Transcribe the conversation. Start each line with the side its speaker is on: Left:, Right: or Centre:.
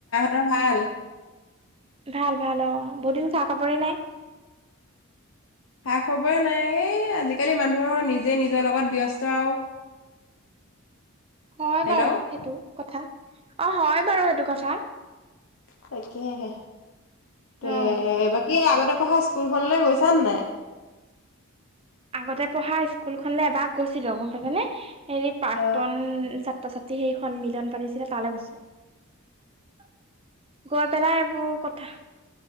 Left: ৰ ভাল?
Right: ভাল ভাল অ বহুত দিন খা খবৰেই নাই?
Left: হা খব <inaudible> একোয়ে নাই এই আজিকালি। মানুহৰ নিজে নিজৰ লগত ব্যস্ত আৰু।।
Right: হয়
Left: হেল্ল'
Right: বাৰু
Left: অ
Right: সেইটো কথা অ হয় বাৰু সেইটো কথা।
Left: তাকে হে। তে
Right: অ
Left: বাকী আগতে।। পঢ়া স্কুলখনলে গৈছান নাই?
Right: আগতে পঢ়া স্কুলখনলে এবাৰ গৈছিলো গম পাইছানে? হেৰি প্ৰাক্তন
Left: অ
Right: ছা।। ছাত্ৰ ছাত্ৰী সেই সন্মিলন পাতিছিলে তালৈ গৈছিলো। গৈ পেলাই এইবোৰ কথা।।